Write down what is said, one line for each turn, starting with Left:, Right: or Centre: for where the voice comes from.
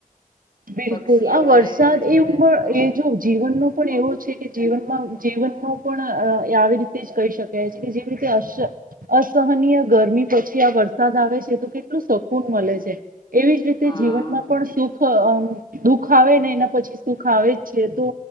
Right: બિલકુલ,
Left: પક્ષીઓને
Right: આ વરસાદ
Left: ને એ લોકોને
Right: એવું પણ
Left: તો
Right: એ જો જીવનનો પણ એવો છેકે, જીવનમાં જીવનનો પણ અ આવી રીતે જ કહી શકાય છે, કે જેવી રીતે અસ અસહનીય ગરમી પછી આ વરસાદ આવે, છે તો કેટલું શકૂન મલે છે. એવી જ રીતે
Left: હા
Right: જીવનમાં, પણ સુખ હ આ. દુઃખ આવેને એના પછી સુખ આવે જ છે, તો